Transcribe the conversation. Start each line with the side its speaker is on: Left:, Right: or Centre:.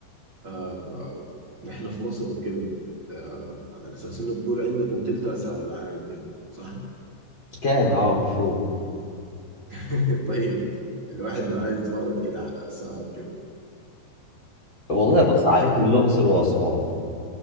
Right: آه آه، نحن في مصر وكده آه على أساس إنه بيقولوا عندكم تلت آثار العالم يعني صح؟
Left: كان اه المفروض
Right: <laughs> طيب الواحد لو عايز يتفرج كده على آثار كده
Left: والله
Right: ممكن
Left: بص
Right: أروح
Left: عليك
Right: فين؟
Left: الاقصر واسوان